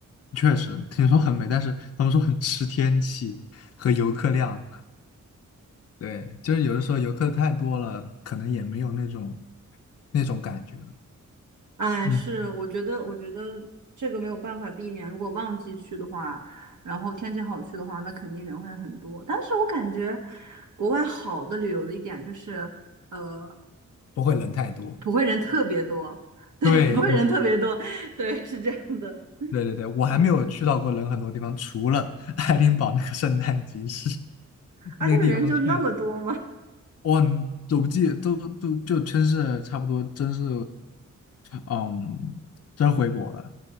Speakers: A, on the left; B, on the right.
A: 确实听说很美，但是他们说很吃天气和游客量。对，就是有的时候游客太多了，可能也没有那种那种感觉了
B: 哎，
A: 嗯。
B: 是，我觉得，我觉得这个没有办法避免。如果旺季去的话，然后天气好去的话，那肯定人会很多。但是我感觉国外好的旅游的一点就是，呃，
A: 不会人太多。
B: 不会人特别多，<laughs> 对，
A: 对对
B: 不会人特别多，对，是这样的，
A: 对对我还没有去到过人很多地方，
B: 嗯，
A: 除了 <laughs> 爱丁堡那个圣诞集市
B: 啊，
A: 那个地方去，
B: 那个人就那么多吗？
A: 我很走不记都都就真是差不多，真是嗯，真回国了，